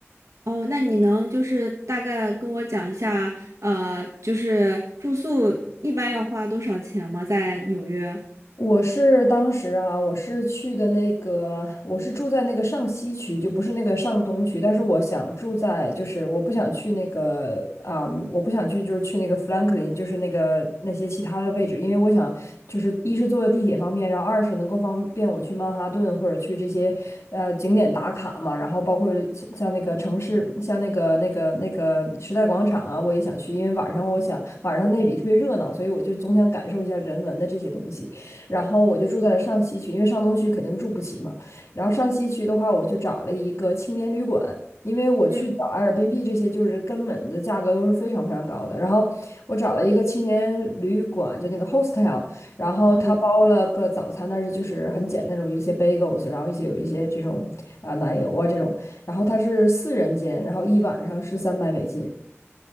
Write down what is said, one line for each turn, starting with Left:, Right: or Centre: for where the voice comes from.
Right: 哦，那你能就是大概跟我讲一下，呃，就是住宿一般要花多少钱吗？在纽约？
Left: 我是当时啊，我是去的那个，我是住在那个上西区，就不是那个上东区。但是我想住在，就是我不想去那个啊、我不想去，就是去那个富兰克林，就是那个那些其他的位置，因为我想，就是一是坐地铁方便，然后二是能够方便我去曼哈顿或者去这些呃景点打卡嘛。然后包括像像那个城市，像那个那个那个时代广场啊，我也想去，因为晚上我想晚上那里特别热闹，所以我就总想感受一下人文的这些东西。然后我就住在了上西区，因为上东区肯定住不起嘛。然后上西区的话，我就找了一个青年旅馆，因为我去找
Right: 嗯
Left: a 尔 r 币这些，就是根本的价格都是非常非常高的。然后我找了一个青年旅馆，就那个 hostel，然后他包了个早餐，
Right: 嗯，
Left: 但是就是很简单那种一些 bagels，然后一些有一些这种啊、奶油啊这种，然后它是四人间，然后一晚上是三百美金。